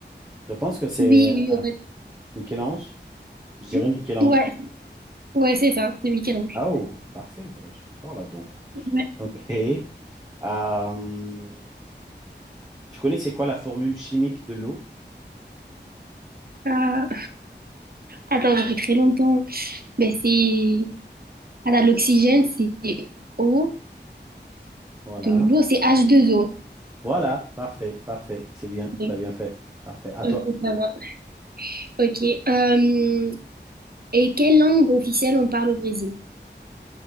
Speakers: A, on the right; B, on the right.
A: Je pense que c'est
B: Oui, oui,
A: euh,
B: au
A: Michel-Ange. Je dirais
B: Vatican.
A: Michel-Ange.
B: Ouais, ouais, c'est ça, c'est Michel-Ange.
A: Ah oh, parfait, bah, je suis fort là-dedans.
B: Ouais.
A: Ok. Euh, tu connais c'est quoi la formule chimique de l'eau?
B: Euh, Attends, ça fait très longtemps. Mais c'est. Attends, l'oxygène, c'est O,
A: Voilà.
B: de l'eau, c'est h deux o
A: Voilà, parfait, parfait. C'est bien,
B: Ok,
A: t'as bien fait. Parfait. À
B: Ok,
A: toi.
B: ça va. Ok. euh, et quelle langue officielle on parle au Brésil?